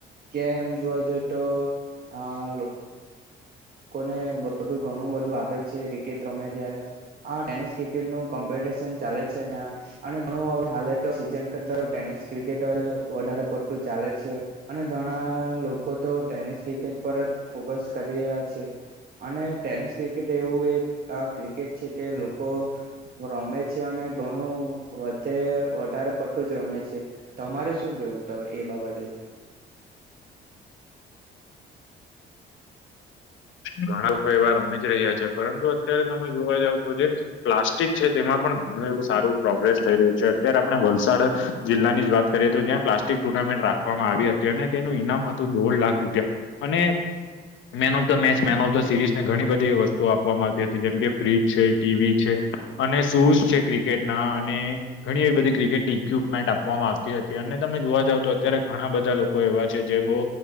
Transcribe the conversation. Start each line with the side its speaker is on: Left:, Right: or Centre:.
Right: કેમ એમ જોવા જઈ તો આ. લોકોને બધું ઘણું બધું આપે છે. ક્રિકેટ રમે ત્યારે આ ટેનિસ ક્રિકેટ નું કોમ્પિટશન ચાલે છે ત્યા. અને ઘણું હવે હાલે તો સીઝન કરતા તો ટેનિસ ક્રિકેટ જ વધારે પડતું ચાલે છે. અને ઘણા લોકો તો ટેનિસ ક્રિકેટ પર જ ફોકસ કરી રહ્યા છે. છે. અને ટેનિસ ક્રિકેટ એવું એક આ ક્રિકેટ છે કે લોકો રમે છે અને ઘણું વધે વધારે પડતું જ રમે છે. તમારે શું કેવું તો એ બાબતે.
Left: ઘણા લોકો એવા રમી જ રહ્યા છે પરંતુ અત્યારે તમે જોવા જાવ તો જે. પ્લાસ્ટિક છે તેમાં પણ ઘણું એવું સારું પ્રોગ્રેસ થઈ રહ્યું છે અત્યારે આપણે વલસાડ. જિલ્લાની જ વાત કરીએ તો ત્યાં પ્લાસ્ટિક ટુર્નામેન્ટ રાખવામાં આવી હતી અને તેનું ઈનામ હતું દોઢ લાખ રૂપિયા. અને man of. The match man of the series ને ઘણી બધી વસ્તુ આપવામાં આવતી હતી જેમ કે ફ્રીજ છે ટીવી છે. અને શૂઝ છે ક્રિકેટના અને ઘણી એવી બધી ક્રિકેટની ક્વિપમેન્ટ આપવામાં આવતી હતી અને તમે જોવા જાવ તો અત્યારે ઘણા બધા લોકો કોઈ એવા છે જેમ હો